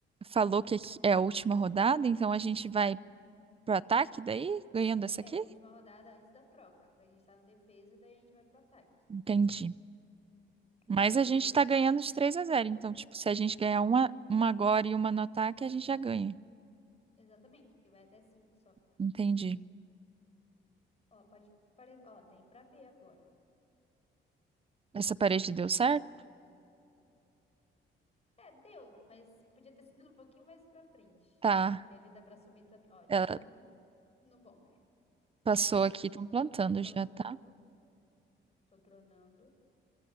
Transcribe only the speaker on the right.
falou que aqui é a última rodada, então a gente vai pro ataque daí, ganhando essa
aqui?
Entendi.
Mas
a gente tá ganhando de 3 a zero. Então, tipo, se a gente ganhar uma, uma agora e uma no ataque, a gente já ganha.
Entendi.
Essa parede
deu certo?
Tá.
Ela
passou aqui, estão plantando
já, tá?